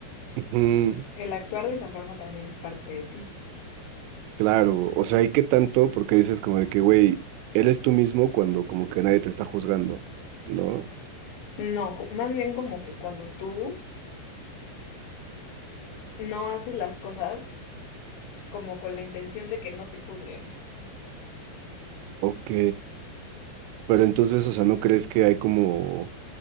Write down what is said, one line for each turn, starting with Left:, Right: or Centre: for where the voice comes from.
Right: Ujú,
Left: El actuar de esa forma también es parte de ti.
Right: Claro, o sea, ¿y qué tanto? Porque dices como de que, güey, eres tú mismo cuando como que nadie te está juzgando, ¿no?
Left: No, co- más bien como que cuando tú no haces las cosas como con la intención de que no te juzguen.
Right: Ok. Pero entonces, o sea, ¿no crees que hay como,